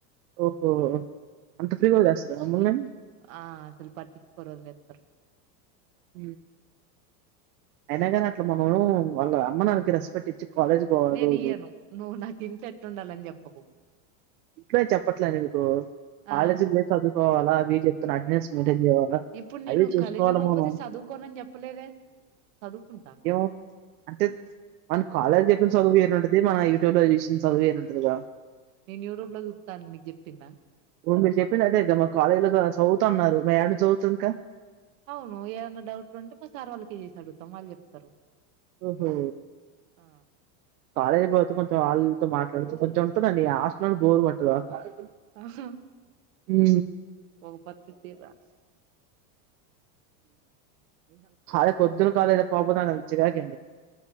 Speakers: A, on the right; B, on the right.
A: ఓహో అంత ఫ్రీగా వదిలేస్తారా మమ్మల్ని
B: ఆ అసలు పట్టించుకోరూ వదిలేస్తారు
A: హు అయినాగాని అట్లా మనం వాళ్ళ అమ్మ నానికి రెస్పెక్ట్ ఇచ్చి కాలేజ్ పోవాలి
B: నేను
A: రోజు
B: ఇయ్యను నువ్వు నాకు ఇంట్లో ఎట్లుండాలిని చెప్ప పప్పు
A: ఇంట్లో చెప్పట్లేండి మీకు కాలేజీ
B: ఆ
A: ప్లేస్ చదువుకోవాలా అవి చెప్తున్నా అటెండెన్స్ మీటింగ్ చేయాలా
B: ఇప్పుడు
A: అవి
B: నేను
A: చూసుకోవాల
B: కాలేజీ పోపోతే
A: మనం
B: చదువుకోనని చెప్పలేదే చదువుకుంటా
A: ఏమో అంటే మన కాలేజ్ చె చదువుయంట యూట్యూబ్ లో చూసిన చదువు వేరే ఉంటది గా
B: నేను యూట్యూబ్ లో మీకు చెప్పిన
A: ఇ మీరు చెప్పిిన అదే ఇ మా కాలేజీ లో చదువుత అన్నారు మ ఎండ్ చదువుతా ఇంకా
B: అవును ఏమన్నా డౌట్లు ఉంటే మా సార్ వాళ్ళకిే చేసి అడుగుతాం వాళ్ళు చెప్తారు
A: ఓహో
B: ఆ
A: కాలజ్ బ కొంచెం వాళ్ళతో మాట్లాడుతూ కొంచెం దాీ ఆస్ట్ని బోరుగుంటా చ
B: ఆహా
A: ఉ
B: ఒక పతు తరా
A: ాే పొద్దులు కాలద పపతకడి